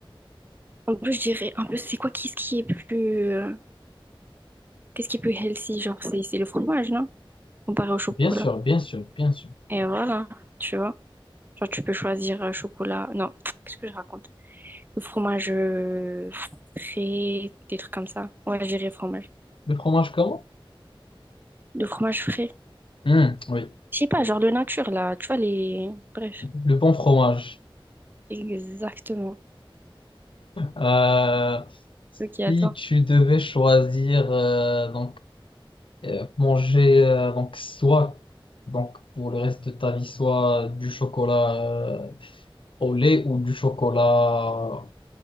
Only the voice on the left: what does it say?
bien sûr, bien sûr, bien sûr.
Le fromage comment?
Hum, oui,
le bon fromage.
Euh,
si
tu devais choisir, euh, donc Euh, manger euh, donc soit donc pour le reste de ta vie soit du chocolat euh, au lait ou du chocolat